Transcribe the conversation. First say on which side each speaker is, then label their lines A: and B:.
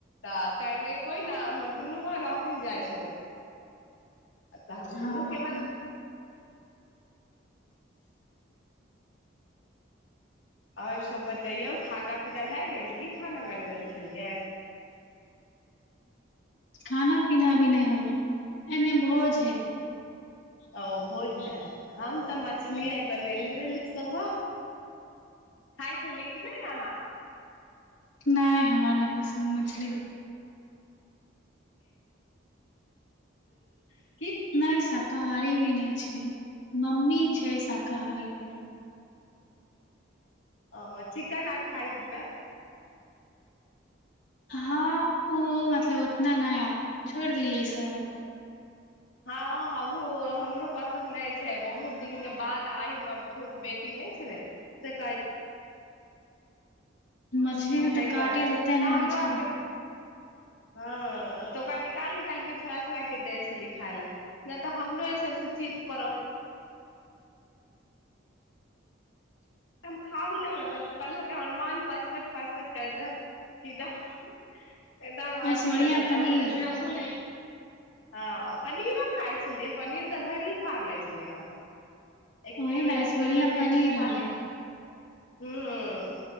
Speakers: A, on the left; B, on the left.
A: तऽ करलै कोई ने हमर दुनू बहन ऑफिस जाइ छलै अ त हम
B: हँ
A: मुख्य बद आओर सब बतैयौ खाना पीना भए गेल की खाना बनल छलियै
B: खाना पीना भी नहि होल आय एने भोज
A: ह
B: हैय
A: ओ भोज हैय हम त मछली आइ बनेली रहली सबवा खाइ छलियै कि नहि अहाँ
B: नहि हमरा नहि पसन्द मछली
A: के
B: नहि शाकाहारी भी नहि छी मम्मी छै शाकाहारी फेर
A: ओ चिकेन आर खायत होबेय
B: हँ ओ मतलब उतना नहि आब छोड़ि देलियै ईसभ आब
A: हँ हमूँ हमरो पसन्द नहि छै बहुत दिनके बाद आइ हमर छोट बेटी नहि छलै से कहै
B: मछली मे
A: ताहि
B: तऽ काटे
A: दुआरे नहि
B: जेते
A: तऽ
B: ने
A: हमरो
B: होइ छै
A: आरके हँ तऽ ओकरा निकाल निकाल क छोड़ छोराे दै छलै खााय लए नहि तऽ हमरो ई सभसँ ची पड़ हम खााह लक तऽ कहल हमर मन पचप पचपच करैत रह एकदम अथी
B: ऐश्वर्या
A: करत तऽबह
B: पनीर
A: चलतै हमू ने ह पनीरो खाइ छलियै पनीर तऽ घर ही फाड़ लै छलियै हम एक
B: ओही
A: किलो
B: ने
A: डढ़
B: ऐश्वर्या
A: किलो दूध
B: पनीर
A: ह फास
B: होलै
A: हुँ हुँ